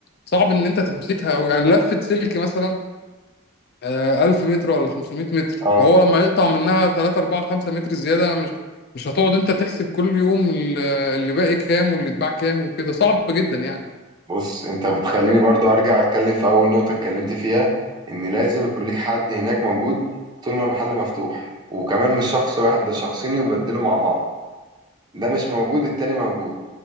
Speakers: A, on the left (about 50°); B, on the right (about 20°).
A: صعب ان انت تمسكها قوي يعني لفة سلك مثلا آه، 1000 متر ولا 500 متر
B: اه
A: فهو لما يقطع منها 3 4 5 متر زيادة مش مش هتقعد انت تحسب كل يوم ال- اللي باقي كام واللي اتباع كام وكده صعب جدا يعني
B: بص انت بتخليني برضو ارجع اتكلم في اول نقطة اتكلمت فيها ان لازم يكون ليك حد هناك موجود طول ما المحل مفتوح وكمان مش شخص واحد ده شخصين يبدلوا مع بعض ده مش موجود التاني موجود